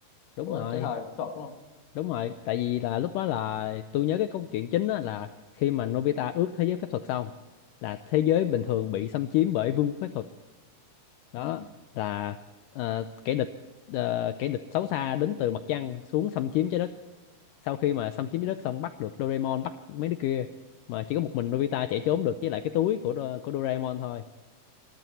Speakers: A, on the left; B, on the left.
A: đúng
B: của
A: rồi
B: cái thời thuật đúng không
A: Đúng rồi, tại vì là lúc đó là tôi nhớ cái câu chuyện chính á là khi mà Nobita ước thế giới phép thuật xong là thế giới bình thường bị xâm chiếm bởi vương quốc phép thuật. Đó
B: ừ.
A: là ờ, kẻ địch ờ, kẻ địch xấu xa đến từ mặt trăng xuống xâm chiếm trái đất. Sau khi mà xâm chiếm trái đất xong bắt được Doraemon bắt mấy đứa kia mà chỉ có một mình Nobita chạy trốn được với lại cái túi của Do- của Doraemon thôi.